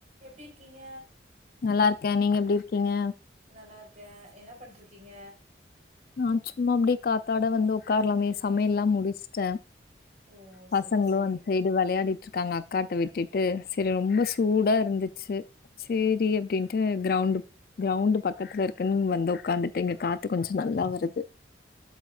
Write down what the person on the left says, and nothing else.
நல்லாருக்கே நீங்க எப்டி இருக்கிங்க
நா சும்மா அப்டியே காத்தாட வந்து உக்காரலாமே சமையல்லா முடிச்ட்ட
பசங்களு
அந்த சைடு வெளையாடிட்ருக்காங்க அக்காட்ட விட்டுட்டு செரி ரொம்ப சூடா இருந்துச்சு சேரி அப்டின்ட்டு கிரௌண்ட் கிரௌண்டு பக்கத்துல இருக்குன்னு இங்க வந் து உக்காந்துட்டு இங்க காத்து கொஞ்ச நல்லா வருது